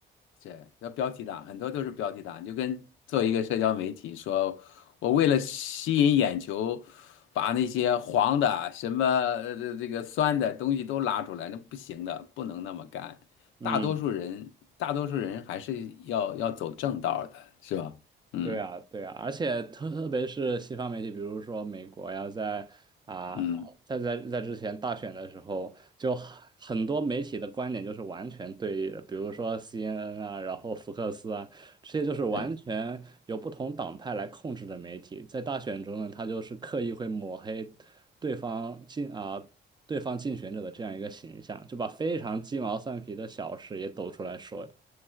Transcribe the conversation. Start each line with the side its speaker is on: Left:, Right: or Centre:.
Left: 是要标题党，很多都是标题党，就跟做一个社交媒体说，我为了吸引眼球，把那些黄的、什么呃这这个酸的东西都拉出来，那不行的，不能那么干。
Right: 嗯
Left: 大多数人，大多数人还是要要走正道的，是吧？嗯
Right: 对啊，对啊，而且特特别是西方媒体，比如说美国呀，在啊，
Left: 嗯，
Right: 在在在之前大选的时候，就很很多媒体的观点就是完全对立的，比如说 CNN 啊，然后福克斯啊，这些就是完全由不同党派来控制的媒体，
Left: 对。
Right: 在大选中呢，他就是刻意会抹黑对方竞啊对方竞选者的这样一个形象，就把非常鸡毛蒜皮的小事也抖出来说，